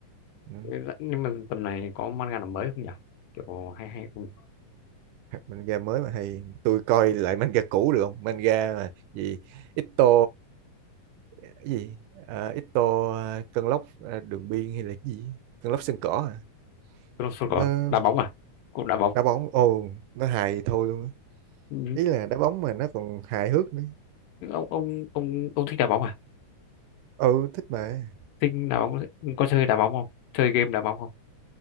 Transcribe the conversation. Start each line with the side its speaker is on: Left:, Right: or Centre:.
Right: Ừ,
Left: Ừ, dạ, nhưng mà tầm này có manga nào mới không nhỉ kiểu hay hay không
Right: hoặc manga mới mà hay tôi coi lại manga cũ được không manga mà gì Ito cái gì à, Ito à, cơn lốc à, đường biên hay là cái gì cơn lốc sân cỏ à?
Left: Crossroad
Right: nó
Left: có đá bóng à cũng đá bóng
Right: đá bóng ồ nó hài thôi luôn á.
Left: Ừ,
Right: ý là đá bóng mà nó còn hài hước nữa
Left: ông ông ông ông thích đá bóng à
Right: ừ thích mà
Left: thích đá bóng có chơi đá bóng không chơi game đá bóng không